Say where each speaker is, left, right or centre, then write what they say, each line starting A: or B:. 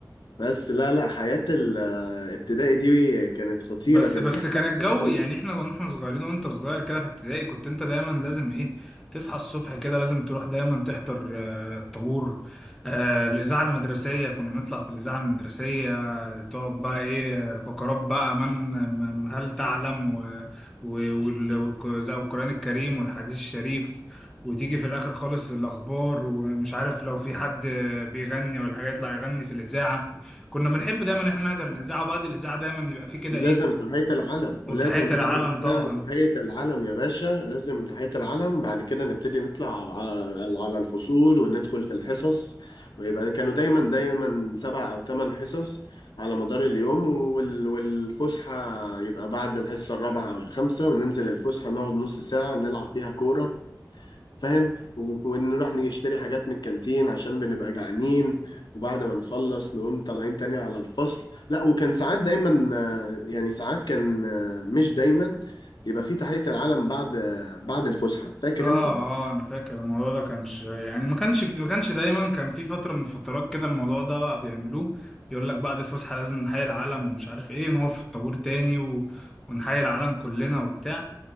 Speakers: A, on the left; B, in the centre.
A: بس لا لا حياة الابتدائي دي كانت خطيرة
B: بس
A: كان
B: بس
A: في حاجة
B: كان الجو
A: <laughs>
B: يعني احنا واحنا صغيرين وانت صغير كده في ابتدائي كنت انت دايما لازم ايه تصحى الصبح كده لازم تروح دايما تحضر آه، الطابور آه، الاذاعه المدرسيه كنا نطلع في الاذاعه المدرسيه آه، تقعد بقى ايه فقرات بقى من من- هل تعلم و و- وال- والق- زي القران الكريم والحديث الشريف وتيجي في الاخر خالص الاخبار ومش عارف لو في حد بيغني ولا حاجه يطلع يغني في الاذاعه كنا بنحب دايما ان احنا نحضر الاذاعه وبعد الاذاعه دايما يبقى في كده
A: لازم
B: ايه
A: تحية العلم
B: وتحية
A: ولازم
B: العلم
A: بعد البتاع
B: طبعا
A: تحية العلم يا باشا لازم تحية العلم بعد كده نبتدي نطلع على على الفصول وندخل في الحصص ويبقى كانوا دايما دايما سبع أو ثمان حصص على مدار اليوم وال- والفسحة يبقى بعد الحصة الرابعة أو الخامسة وننزل الفسحة نقعد نص ساعة نلعب فيها كورة فاهم و- ونروح نشتري حاجات من الكانتين عشان بنبقى جعانين وبعد ما نخلص نقوم طالعين تاني على الفصل لا وكان ساعات دايما آه، يعني ساعات كان آه، مش دايما يبقى في تحية العلم بعد آه، بعد الفسحة فاكر
B: اه
A: انت
B: اه انا فاكر الموضوع ده كانش يعني ما كانش ما كانش دايما كان في فترة من فترات كده الموضوع ده بقى بيعملوه يقول لك بعد الفسحة لازم نحيي العلم ومش عارف ايه نقف في الطابور تاني و... ونحيي العلم كلنا وبتاع